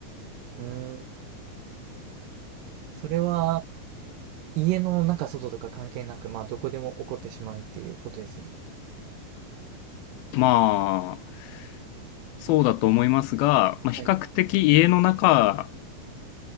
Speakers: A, on the right; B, on the left.
A: うーん、それは、家の中、外とか関係なく、まあ、どこでも起こってしまうっていうことですよね。
B: まあ、そうだと思いますが、まあ、比較的家の中
A: はい。